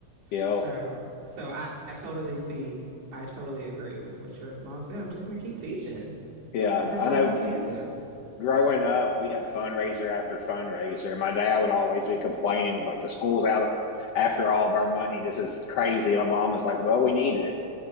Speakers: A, on the left; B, on the right.
A: yep,
B: So, so I, I totally see, I totally agree with what your mom said. I'm just going to keep teaching
A: yeah.
B: because that's
A: I
B: all
A: know
B: we can do.
A: growing up, we'd have fundraiser after fundraiser. My dad would always be complaining, like, the school's out after all of our money. This is crazy. My mom was like, well, we need it.